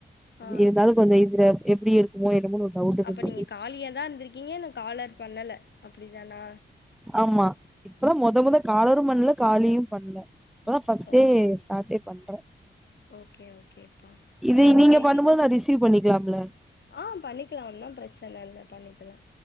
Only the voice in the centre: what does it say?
இருந்தாலு கொஞ்சோ இதுல எப்டி இருக்குமோ என்னமன்னு ஒரு டவுட் இருந்துது
ஆமா இப்பதா மொத மொத காலரு பண்ல காலியூ பண்ல இப்பதா ஃபர்ஸ்டே
ஸ்டார்டே பண்ற
இது
நீங்க பண்ணும் போது நா ரிசீவ் பண்ணிக்கலாம்ல